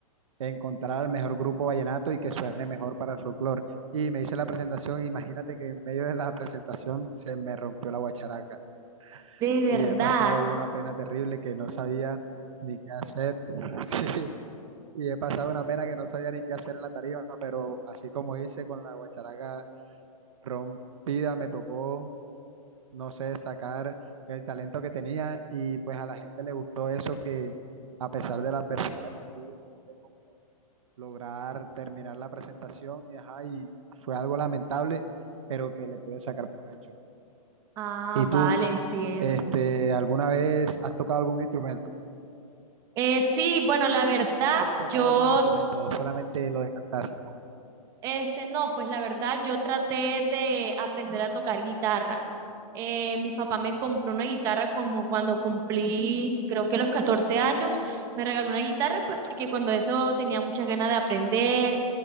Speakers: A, on the right; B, on the right.
A: encontrar al mejor grupo vallenato y que suene mejor para el folclore. Y me hice la presentación, imagínate que en medio de la presentación se me rompió la guacharaca
B: De verdad.
A: y he pasado yo una pena terrible que no sabía ni qué hacer. <laughs> Sí y he pasado una pena que no sabía ni qué hacer en la tarima, pero así como hice con la guacharaca rompida, me tocó, no sé, sacar el talento que tenía y pues a la gente le gustó eso que a pesar de las adversidades que tuve, pude como lograr terminar la presentación y, ajá, y fue algo lamentable, pero que le pude sacar provecho.
B: Ah,
A: ¿Y tú,
B: vale, entiendo.
A: este, alguna vez has tocado algún instrumento?
B: Eh, sí, bueno, la verdad,
A: ¿Has tocado
B: yo
A: algún instrumento o solamente lo de cantar?
B: Este, no, pues la verdad, yo traté de aprender a tocar guitarra. Eh, mi papá me compró una guitarra como cuando cumplí, creo que los 14 años, me regaló una guitarra, pues porque cuando eso tenía muchas ganas de aprender.